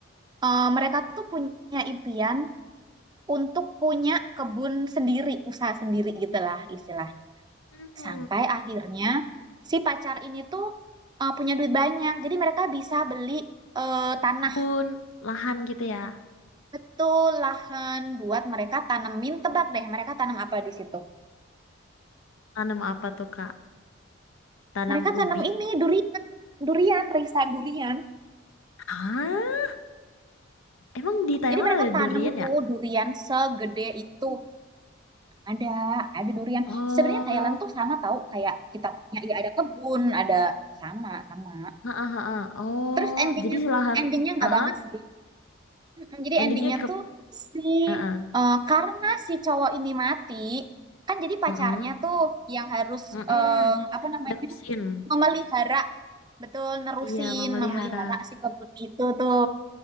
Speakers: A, on the right; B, on the left.
A: eh, mereka tuh punya impian untuk punya kebun sendiri, usaha sendiri gitulah istilah.
B: Hmm.
A: Sampai akhirnya si pacar ini tuh eh, punya duit banyak. Jadi mereka bisa beli eh, tanah.
B: Kebun, lahan gitu ya.
A: Betul, lahan buat mereka tanemin. Tebak deh, mereka tanam apa di situ?
B: Tanam apa tuh kak? Tanam
A: Mereka tanam
B: ubi?
A: ini, durian. Durian, Risa, durian.
B: Hah? Emang di Thailand
A: Jadi mereka
B: ada
A: tanam
B: durian
A: tuh
B: ya?
A: durian segede itu. Ada, ada durian.
B: Oh,
A: Sebenarnya Thailand tuh sama tahu kayak kita punya, ya ada kebun, ada sama, sama.
B: Ha ha ha. ha. Oh,
A: Terus endingnya
B: jadi selahan,
A: tuh, endingnya nggak
B: Heeh.
A: banget sih. Mm, Jadi
B: Endingnya
A: endingnya
B: ke
A: tuh si
B: heeh.
A: eh, karena si cowok ini mati, kan jadi
B: Heeh.
A: pacarnya tuh yang harus
B: Heeh.
A: eh, apa namanya
B: Nerusin.
A: memelihara betul nerusin
B: Iya, memelihara.
A: memelihara si kebun itu tuh.